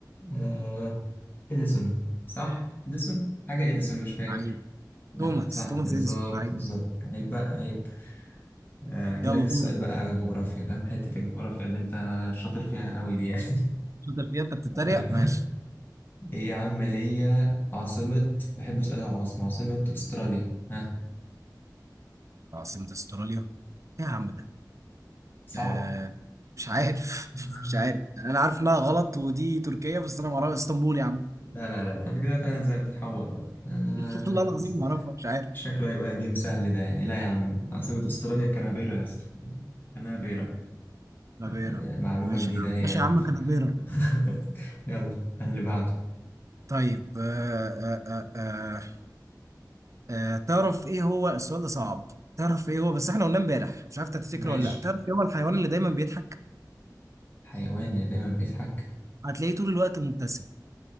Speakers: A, on the left; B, on the right.
A: آه، إديسون صح؟ إديسون؟ حاجة إديسون مش فاكر
B: عيب
A: لا
B: توماس
A: صح
B: توماس
A: بالظبط
B: اديسون عيب
A: بالظبط عيب بقى عيب آه، أجيلك
B: يلا
A: السؤال
B: دورك
A: بقى جغرافيا فاهم حتة الجغرافيا اللي أنت شاطر فيها قوي دي يعني
B: شاطر فيها انت بتتريق
A: <laughs> آه،
B: ماشي
A: إيه يا عم هي عاصمة بحب أسأل العاصمة عاصمة أستراليا ها
B: عاصمه استراليا ايه يا عم ده
A: صعب؟
B: آه مش عارف
A: <laughs>
B: <laughs> مش عارف انا عارف انها غلط ودي تركيا بس انا ما اعرف اسطنبول يا عم
A: لا لا لا أنت كده فعلا زي بتحور بقى أنا
B: <laughs> والله العظيم ما اعرفها مش عارف
A: شكله هيبقى جيم سهل ده يعني لا يا عم عاصمة استراليا كانبيرا يا اسطى كانبيرا
B: كانبيرا
A: يعني معلومة
B: ماشي
A: جديدة
B: يا عم
A: هي يا
B: ماشي
A: عم
B: يا عم كانبيرا
A: <laughs> يلا اللي بعده
B: طيب آه آه آه آه آه تعرف ايه هو السؤال ده صعب تعرف ايه هو بس احنا قلنا امبارح مش عارف انت تفتكره
A: ماشي
B: ولا لا تعرف ايه هو الحيوان اللي دايما بيضحك
A: الحيوان اللي دايما بيضحك
B: هتلاقيه طول الوقت مبتسم